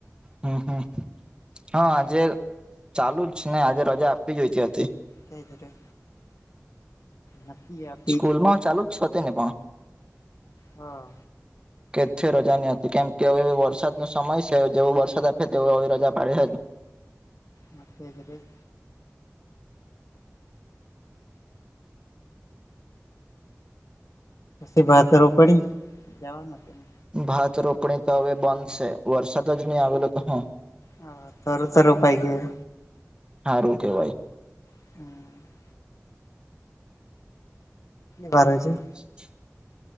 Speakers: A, on the right; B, on the left.
A: હમ હમ હા આજે ચાલુ જ ને આજે રજા આપી જોઈતી હતી.
B: ફદરે. હકી આપ.
A: સ્કૂલમાં ચાલુ જ છે તેને પણ.
B: હા
A: કે છે રજા નહી હતી કેમ કે વરસાદ નો સમય છે જેવો વરસાદ આપે તેવ રજા પાડે છે.
B: મ જરે. એ‌ ભાત રોપણી જવાનું.
A: ભાત રોપણી તો હવે બંધ છે વરસાદ જ નહી આવેલો તો હું
B: હા તરૂ તો‌ રોપાઈ ગયું.
A: સારું કેવાય.
B: હમ. બારજું.
A: શ.